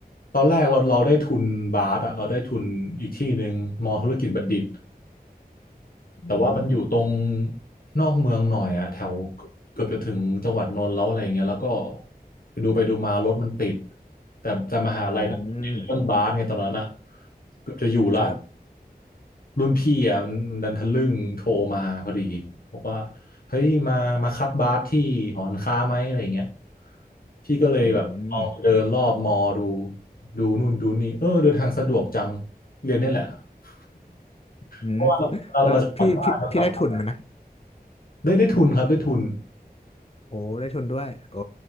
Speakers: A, on the left (about 65°); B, on the left (about 40°).
A: ตอนแรกเราเราได้ทุนบาสอะเราได้ทุนอีกที่หนึ่งมอธุรกิจบัณฑิต
B: อืม
A: แต่ว่ามันอยู่ตรงนอกเมืองหน่อยอะแถวเกือบจะถึงจังหวัดนนท์แล้วอะไรเงี้ยแล้วก็ไปดูไปดูมารถมันติดแต่แต่มหาลัยนนเรื่องบาสไงตอนนั้นอะ
B: อืม
A: เกือบจะอยู่ละ
B: ครับ
A: รุ่นพี่อ่ะมันมันดันทะลึ่งโทรมาพอดีบอกว่าเฮ้ยมามาคัดบาสที่หอการค้าไหมอะไรเงี้ยพี่ก็เลยแบบลองไปเดินรอบมอดู
B: อืม
A: ดูนู่นดูนี่เออเดินทางสะดวกจังเรียนเนี่ยแหละ <laughs>
B: อืม
A: เพราะว่าเราเราเราจะกลับบ้านเรากลับบ้าน
B: แล้วพี่พี่พี่ได้ทุนไหมนะ
A: ได้ได้ทุนครับได้ทุน
B: โอ้ได้ทุนด้วยโอ้